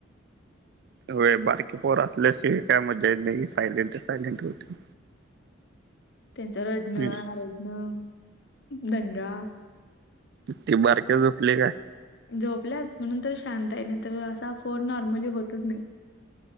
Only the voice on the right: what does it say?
व्हयं बारकी पोर असल्याशिवाय काय मज्जा येत नाही. सायलेंट सायलेंट होते.
हम्म
ती बारक्या झोपली काय